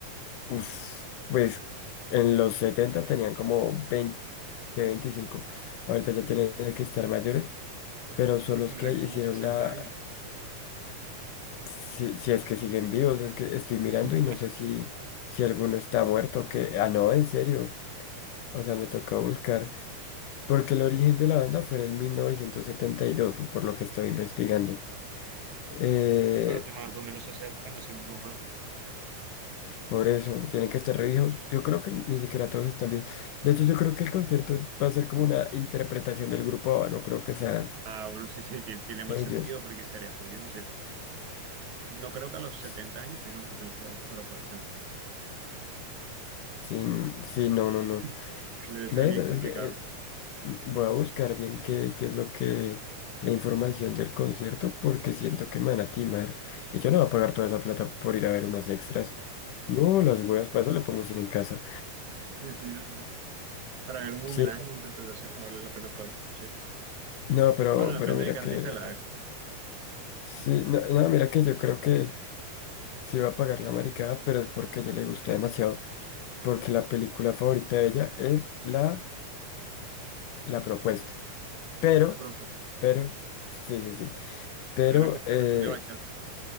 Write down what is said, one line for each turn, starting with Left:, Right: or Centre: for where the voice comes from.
Left: Uf, pues en los 70 tenían como 20 veinticinco Ahorita ya tienen que estar mayores, pero
Right: Pues
Left: son
Right: pero
Left: los
Right: tendrán
Left: que hicieron
Right: como sesenta
Left: la...
Right: años.
Left: Si, si es que siguen vivos, es que estoy mirando
Right: <laughs>
Left: y no sé si, si alguno está muerto, que... Ah, no, en serio. O sea, me toca buscar. Porque el origen de la banda fue en el 1972 por lo que estoy investigando. Eh,
Right: Pero si más o menos esa época nació mi mamá.
Left: Por eso, tienen que estar reviejos. Yo creo que ni siquiera todos están vivos. De hecho, yo creo que el concierto va a ser como una interpretación del grupo ABBA, no creo que sean
Right: Ah, bueno, sí, sí, ti- tiene más
Left: ellos.
Right: sentido porque estaría muy bien. O sea, no creo que a los
Left: S-
Right: 70 años tengan potencia de voz para poder cantar.
Left: Sin, sí, no, no,
Right: Sí,
Left: no.
Right: sí, debe
Left: ¿Ves?
Right: ser bien
Left: Es
Right: complicado.
Left: que, eh, m- voy a buscar bien qué, qué es lo que, la información del concierto, porque siento que me van a timar. Y yo no voy a pagar toda esa plata por ir a ver unos extras. No, las huevas, para eso le pongo cine en casa.
Right: Sí, sí, total. Para ver un
Left: Sí,
Right: homenaje, una interpretación, no vale la pena pagar un concierto.
Left: no, pero,
Right: Bueno, depende
Left: pero mira
Right: de qué artista
Left: que,
Right: la
Left: eh,
Right: haga.
Left: sí, no, no, mira que yo creo que Sí va a pagar la maricada, pero es porque a ella le gusta demasiado, porque la película favorita de ella es la, la propuesta. Pero,
Right: La propuesta.
Left: pero, sí, sí, sí. Pero,
Right: Suena como
Left: eh,
Right: una canción de bachata.